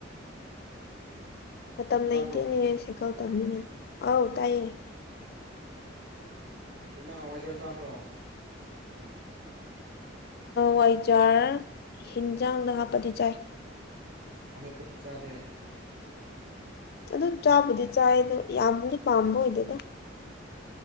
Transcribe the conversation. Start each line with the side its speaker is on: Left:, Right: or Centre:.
Left: ꯃꯇꯝ
Right: ꯇꯥꯕ꯭ꯔꯣ
Left: ꯂꯩꯇꯦꯅꯦꯍ ꯁꯥꯏꯀꯜ ꯇꯝꯅꯤꯉ ꯑꯥꯎ ꯇꯥꯏꯑ
Right: ꯑꯣ ꯈꯦꯠꯅ ꯍꯋꯥꯏꯖꯔ ꯆꯥꯕ꯭ꯔꯣ
Left: ꯋꯥꯏꯖꯥꯔ ꯍꯤꯟꯖꯥꯡꯗ ꯍꯥꯞꯄꯗꯤ ꯆꯥꯏ
Right: ꯍꯃꯦ ꯄꯊꯆꯥꯥꯗꯦ
Left: ꯑꯗꯨ ꯆꯥꯕꯨꯗꯤ ꯆꯥꯏ ꯑꯗ ꯌꯥꯝꯕꯨꯗꯤ ꯄꯥꯝꯕ ꯑꯣꯏꯗꯦꯗ